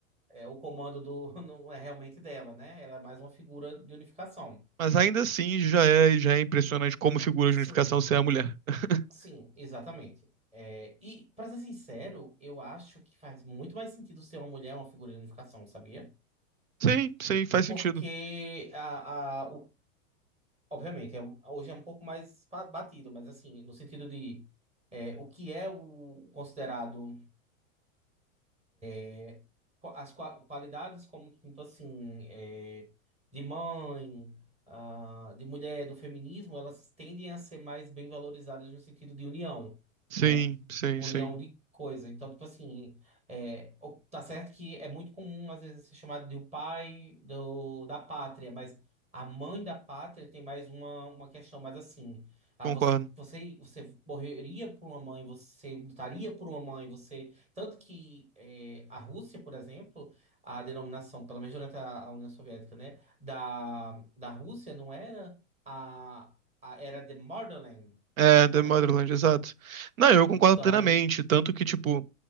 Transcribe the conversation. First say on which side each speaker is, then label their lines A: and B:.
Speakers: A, on the right; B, on the right.
A: é, o comando do, <laughs> não é realmente dela, né? Ela é mais uma figura de unificação.
B: Mas ainda assim já é, já é impressionante como figura
A: Sim,
B: de unificação ser a mulher. <laughs>
A: sim, exatamente. É, e, pra ser sincero, eu acho que faz muito mais sentido ser uma mulher uma figura de unificação, sabia?
B: Sim, sim, faz
A: Porque
B: sentido.
A: a, a, o Obviamente, é um- hoje é um pouco mais pa- batido, mas assim, no sentido de é, o que é o considerado é, qua- as qua- qualidades como tipo assim é, de mãe ah, de mulher do feminismo elas tendem a ser mais bem valorizadas no sentido de união
B: Sim,
A: né
B: sim,
A: união
B: sim.
A: de coisa então tipo assim é, o- tá certo que é muito comum às vezes ser chamado de o pai do, da pátria mas a mãe da pátria tem mais uma, uma questão mais assim ah,
B: Concordo.
A: você, você, você morreria por uma mãe, você lutaria por uma mãe, você tanto que é, a Rússia, por exemplo, a denominação, pelo menos durante a, a União Soviética, né, da, da Rússia não era a, a era the Motherland,
B: É, The
A: né?
B: Motherland, exato. Não, eu
A: Então,
B: concordo plenamente. Tanto que, tipo,